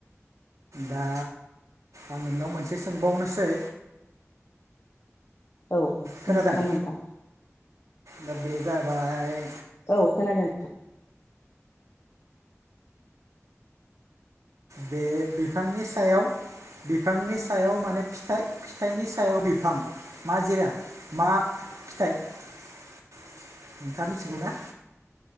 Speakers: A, on the right; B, on the left.
A: दा आं नोंनाव मोनसे सोंबावनोसै
B: औ औ सोंजागोन
A: खोनादों
B: नोंथां
A: दा बेजाबाय
B: औ खोनादों
A: बे बिफांनि सायाव बिफांनि सायाव माने फिथाइ फिथाइनि सायाव बिफां मा जिराद मा फिथाइ नोंथाङा मिथिगौ ना